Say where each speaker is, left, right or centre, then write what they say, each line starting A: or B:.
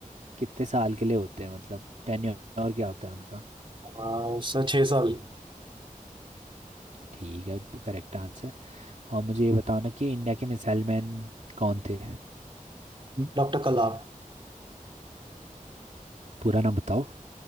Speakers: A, on the right (about 55°); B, on the right (about 35°).
A: कितने साल के लिए होते हैं मतलब टेन्योर क्या होता है उनका
B: आ, Sir छः साल
A: ठीक है करेक्ट आंसर और मुझे ये बताओ ना कि इंडिया के मिसाइल मैन कौन थे
B: Doctor Kalam
A: पूरा नाम बताओ